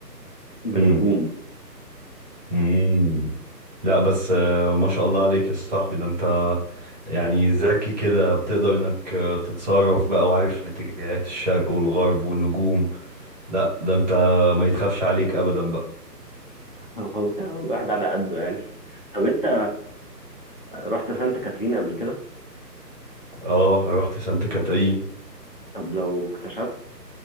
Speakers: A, on the left; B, on the right.
A: بالنجوم
B: <laughs> امم لا بس آه، ما شاء الله عليك يا صاحبي ده انت يعني ذكي كده بتقدر انك آه، تتصرف بقى وعارف الاتجاهات الشرق والغرب والنجوم لا ده انت ما يتخافش عليك ابدا بقى
A: <laughs> والله الواحد على قده يعني طب انت رحت سانت كاترين قبل كده
B: اه رحت سانت كاترين
A: طب لو اكتشفت